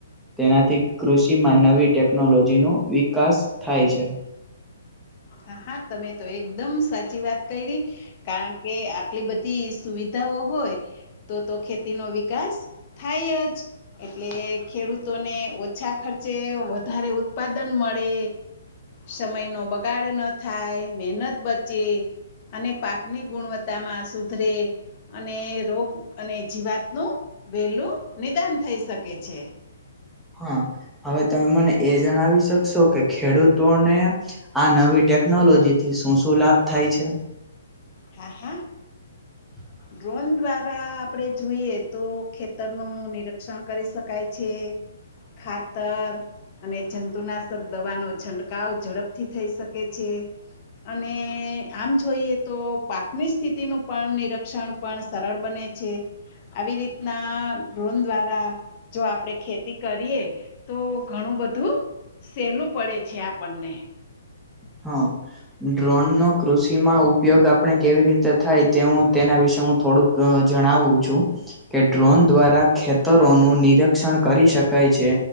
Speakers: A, in the centre; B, on the left (about 35°).
A: તેનાથી કૃષિમાં નવી ટેકનોલોજીનો વિકાસ થાય છે.
B: હા હા, તમે તો એકદમ સાચી વાત કૈરી કારણ કે આ ટલી બધી સુવિધાઓ હોય તો તો ખેતીનો વિકાસ થાય જ. એટલે ખેડૂતોને ઓછા ખર્ચે વધારે ઉત્પાદન મળે, સમયનો બગાડ ન થાય, મહેનત બચે અને પાકની ગુણવત્તામાં સુધરે અને રોગ અને જીવાતનું વહેલું નિદાન થઈ શકે છે.
A: હા, હવે તમે મને એ જણાવી શકશો કે ખેડૂતોને આ નવી ટેકનોલોજીથી શું શું લાભ થાય છે.
B: હા હા.
A: <inaudible>
B: ડ્રોન દ્વારા આપડે જોઈએ તો ખેતરનું નિરક્ષણ કરી શકાય છે. ખાતર અને જંતુનાશક દવાનો છંટકાવ ઝડપથી થઈ શકે છે. અને આમ જોઈએ તો પાકની સ્થિતિનું પણ નિરીક્ષણ પણ સરળ બને છે. આવી રીતના ડ્રોન દ્વારા, જો આપડે ખેતી કરીએ તો ઘણું બધું, સેલું પડે છે આપણને,
A: હ.. ડ્રોન નો કૃષિમાં ઉપયોગ આપણે કેવી રીતે થાય તે હું તેના વિશે હું થોડુંક, અ જણાવું છું. કે ડ્રોન દ્વારા ખેતરોનું નિરક્ષણ કરી શકાય છે.